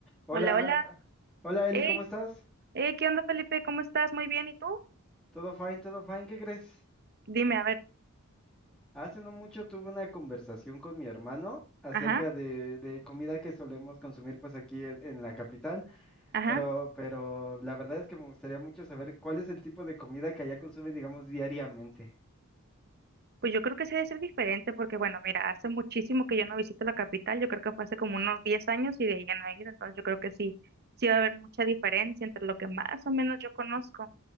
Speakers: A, in the centre; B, on the right.
A: Hola,
B: Hola, hola.
A: hola Eli,
B: Hey,
A: ¿cómo estás?
B: hey, ¿qué onda, Felipe? ¿Cómo estás? Muy bien, ¿y tú?
A: Todo fine, todo fine, ¿qué crees?
B: Dime, a ver.
A: Hace no mucho tuve una conversación con mi hermano acerca
B: Ajá,
A: de, de comida que solemos consumir pues aquí en, en la capital,
B: ajá.
A: pero, pero la verdad es que me gustaría mucho saber cuál es el tipo de comida que allá consumen, digamos, diariamente.
B: Pues yo creo que sí debe ser diferente porque, bueno, mira, hace muchísimo que yo no visito la capital, yo creo que fue hace como unos 10 años y de ahí ya no he ido, entonces yo creo que sí, sí va a haber mucha diferencia entre lo que más o menos yo conozco.